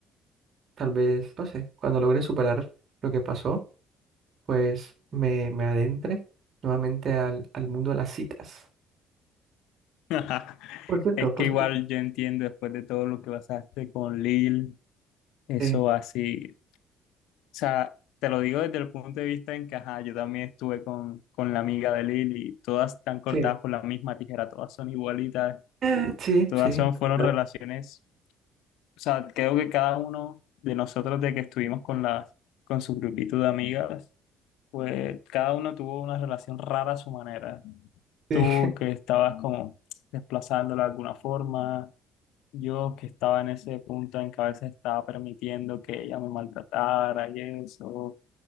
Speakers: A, on the right; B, on the left.
A: tal vez, no sé, cuando logre superar lo que pasó, pues me, me adentre nuevamente al, al mundo de las citas.
B: <laughs>
A: Por cierto,
B: Es
A: por
B: que igual
A: cierto.
B: yo entiendo después de todo lo que pasaste con Lil, eso
A: Sí,
B: así. O sea, te lo digo desde el punto de vista en que, ajá, yo también estuve con, con la amiga de Lil y todas están cortadas
A: sí.
B: por la misma tijera, todas son igualitas,
A: Eh, sí,
B: todas
A: sí.
B: son,
A: <laughs>
B: fueron
A: ¿Verdad?
B: relaciones O sea, creo que cada uno de nosotros de que estuvimos con las, con su grupito de amigas, pues cada uno tuvo una relación rara a su manera.
A: Sí,
B: Tú que estabas como desplazándola de alguna forma, yo que estaba en ese punto en que a veces estaba permitiendo que ella me maltratara y eso.